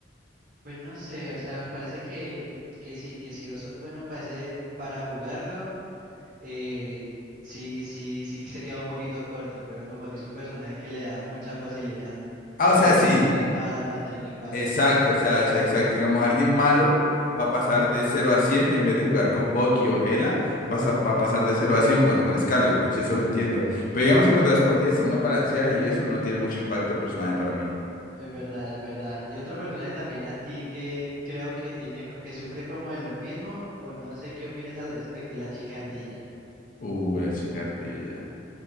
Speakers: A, on the right; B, on the left.
A: Pues no sé, o sea, me parece que, que sí, que si vos sos bueno para ese- para jugarlo, eh, sí, sí, sí que se queda un poquito corto, pero como que es un personaje que le da mucha facilidad
B: Ah, o sea,
A: a la
B: sí,
A: gente mala para tener impacto.
B: exacto, o sea, es exacto. Digamos, alguien malo va a pasar de cero a 100 en vez de jugar con Bucky o Hela, vas a- va a pasar de cero a 100 jugando con Scarlet Witch, eso lo entiendo. Pero digamos que cuando las partidas están más balanceadas y eso, no tiene mucho impacto el personaje para mí.
A: Es verdad, es verdad. Y otro personaje también así que creo que tiene co- que sufre como de lo mismo, o no sé qué opinas al respecto, es la chicardilla.
B: Uh, la chicardilla.